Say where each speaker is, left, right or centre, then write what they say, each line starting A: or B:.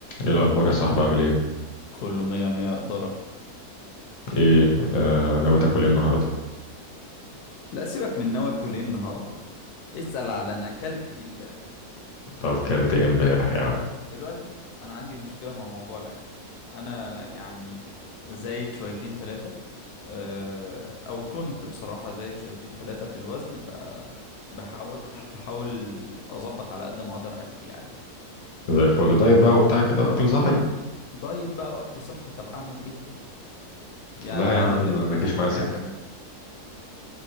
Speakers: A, on the left; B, on the left.
A: ايه الاخبار يا صاحبي عامل ايه
B: كله مية مية قدرة
A: ايه آه ناوي تاكل ايه النهارده
B: لا سيبك من نواكل ايه النهارده اسأل على انا اكلت ايه امبارح
A: طب كلت ايه امبارح يا عم
B: دلوقتي انا عندي مشكلة مع موضوع الاكل انا يعني زايد شويتين تلاتة أه، او كنت بصراحة زايد شويتين تلاتة في الوزن فبحاول بحاول اظبط على قد ما اقدر اكل يعني
A: زي الفل
B: فاهم
A: دايت بقى وبتاع كده اكل صحي
B: دايت بقى واكل صحي طب اعمل ايه يعني
A: لا يا
B: عايز
A: عم
B: اقولك ان
A: ما
B: انا
A: تجيش معايا
B: حالا
A: سكه